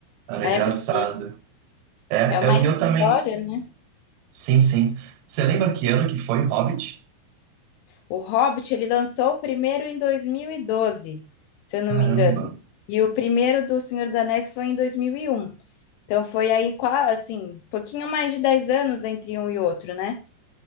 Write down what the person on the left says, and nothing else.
É,
porque
é uma
história,
né?
O Hobbit, ele lançou o primeiro em 2012, se eu não
me engano. E o primeiro do Senhor dos Anéis foi em 2001. Então foi aí, qua- assim, pouquinho mais de 10 anos entre um e outro, né?